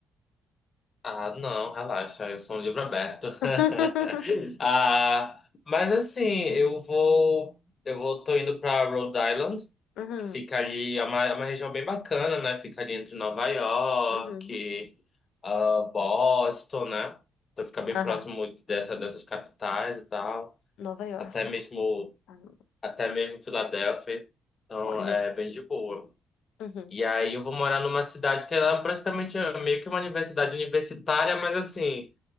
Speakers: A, on the left (about 40°); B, on the left (about 70°).
A: Ah, não, relaxa, eu sou um livro aberto. <laughs>
B: <laughs>
A: Ah, mas assim, eu vou, eu vou, tô indo pra Rhode Island.
B: Uhum,
A: Fica ali, é uma, é uma região bem bacana, né? Fica ali entre Nova York,
B: uhum,
A: ah, Boston, né? Então fica bem
B: aham.
A: próximo dessa, dessas capitais e tal.
B: Nova York,
A: Até
B: eu
A: mesmo
B: Uhum,
A: até mesmo Filadélfia. Então,
B: Olha.
A: é bem de boa.
B: Uhum,
A: E aí eu vou morar numa cidade que ela é praticamente é, meio que uma universidade universitária, mas assim,